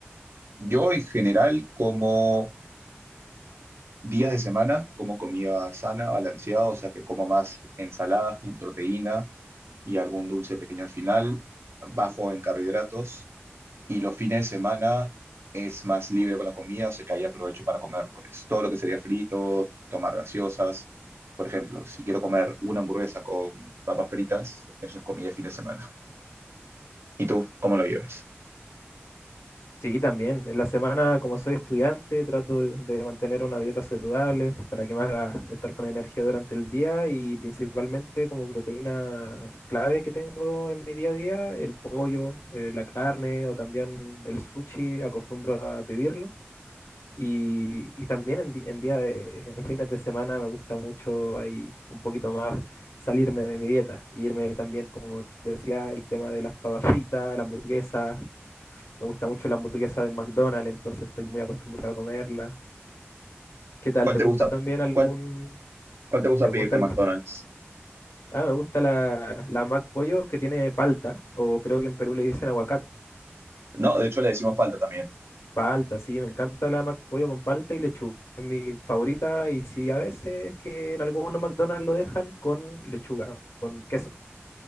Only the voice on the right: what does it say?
Yo en general, como días de semana, como comida sana, balanceada, o sea que como más ensaladas con proteína y algún dulce pequeño al final, bajo en carbohidratos, y los fines de semana es más libre con la comida, o sea que ahí aprovecho para comer pues todo lo que sería frito, tomar gaseosas. Por ejemplo, si quiero comer una hamburguesa con papas fritas, eso es comida de fin de semana. ¿Y tú cómo lo llevas?
¿Cuál
te
gusta?
¿Cuál, cuál te gusta
pedirte en
McDonald's?
No, de hecho le decimos palta también.